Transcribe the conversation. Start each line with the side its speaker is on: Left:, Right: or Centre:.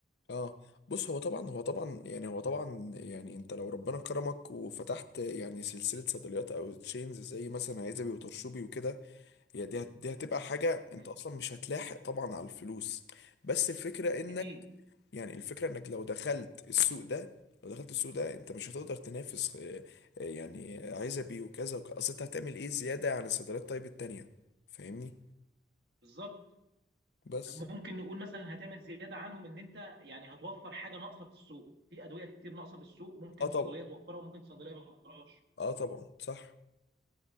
Left: اه بص هو طبعا هو طبعا يعني هو طبعا يعني انت لو ربنا كرمك وفتحت يعني سلسله صيدليات او تشينز زي مثلا عزبي وطرشوبي وكده هي دي هت- دي هتبقى حاجه انت
Right: مم.
Left: اصلا مش هتلاحق طبعا على الفلوس بس الفكره انك
Right: اكيد
Left: يعني الفكرة انك لو دخلت السوق ده لو دخلت السوق ده انت مش هتقدر تنافس آه، آه، يعني عايزة بيه وكذا وك- اصل انت هتعمل ايه زيادة عن الصيدليات طيب التانية فاهمني
Right: بالظبط
Left: بس
Right: ممكن نقول مثلا هتعمل زياده عنهم ان انت يعني هتوفر حاجه ناقصه في السوق في ادويه كتير ناقصه في السوق ممكن
Left: اه طبعا
Right: صيدليه توفرها وممكن صيدليه ما توفرهاش
Left: اه طبعا صح